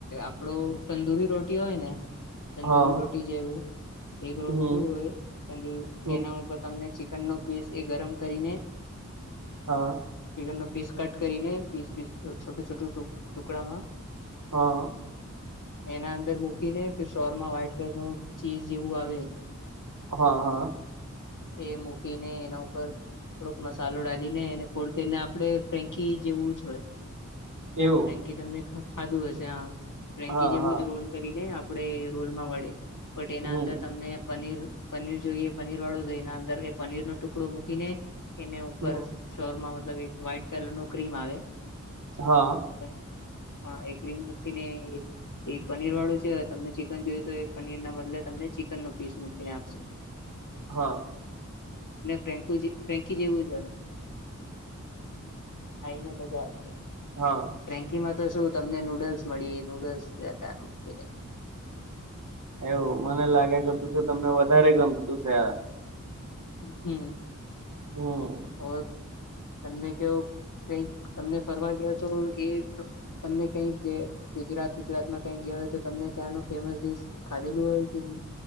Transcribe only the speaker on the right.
હા
હમ
હમ
હા.
હા.
હા હા.
એવું.
હા
હા
હમ
હમ,
હા.
હા.
હા.
એવું મને લાગે કે તું છે તમને વધારે ગમતું છે આ.
હમ